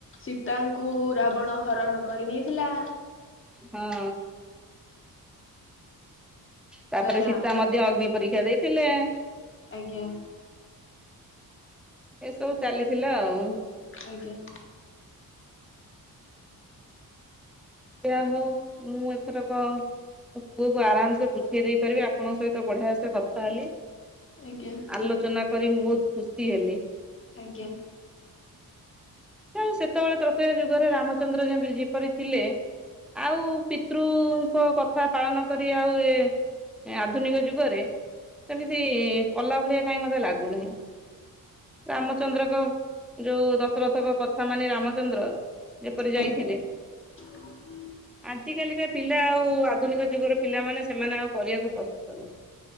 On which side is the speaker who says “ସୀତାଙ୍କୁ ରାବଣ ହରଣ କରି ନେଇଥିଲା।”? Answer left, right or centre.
Left